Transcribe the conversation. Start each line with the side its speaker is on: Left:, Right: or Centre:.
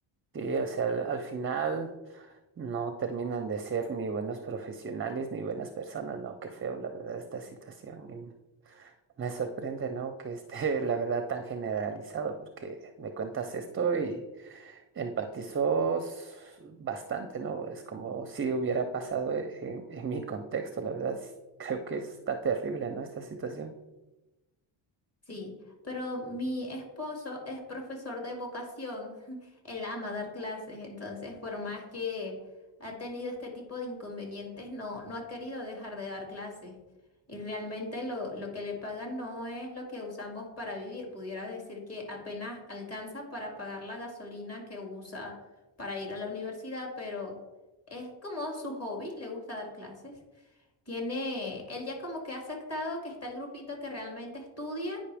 Right: Sí, o sea, al, al final no terminan de ser ni buenos profesionales ni buenas personas, ¿no? Qué feo, la verdad, esta situación. Y me sorprende, ¿no? Que esté, <laughs> la verdad, tan generalizado, porque me cuentas esto y empatizo s- bastante, ¿no? Es como si hubiera pasado e- en, en mi contexto, la verdad. s- Creo que está terrible, ¿no? Esta situación.
Left: Sí, pero mi esposo es profesor de vocación, <laughs> él ama dar clases, entonces por más que ha tenido este tipo de inconvenientes, no, no ha querido dejar de dar clases. Y realmente lo, lo que le pagan no es lo que usamos para vivir, pudiera decir que apenas alcanza para pagar la gasolina que usa para ir a la universidad, pero es como su hobby, le gusta dar clases. Tiene, él ya como que ha aceptado que está el grupito que realmente estudia